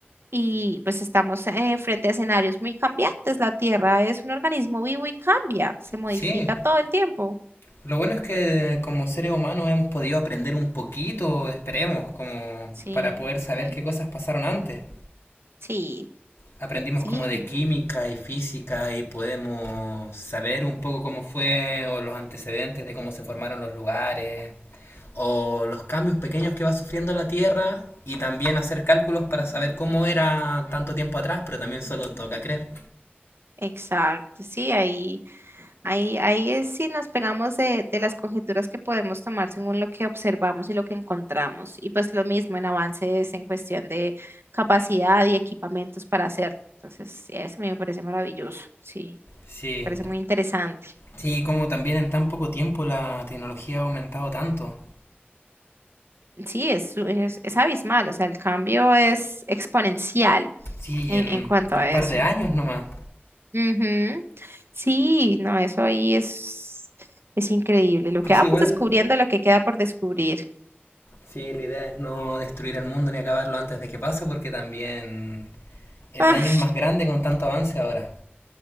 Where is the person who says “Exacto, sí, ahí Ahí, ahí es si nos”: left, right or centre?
Right